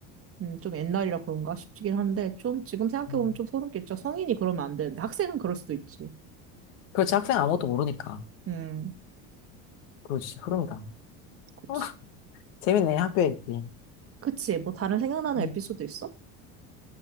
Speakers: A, on the right (about 35°); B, on the left (about 80°).
A: 음, 좀 옛날이라 그런가 싶긴 한데, 좀 지금 생각해보면
B: 음.
A: 좀 소름 끼쳐. 성인이 그러면 안 되는데, 학생은 그럴 수도 있지.
B: 그렇지. 학생 아무것도 모르니까.
A: 음,
B: 그렇지. 흐름이다.
A: 그치.
B: 어, 재밌네, 학교 얘기.
A: 그치. 뭐 다른 생각나는
B: 음.
A: 에피소드 있어?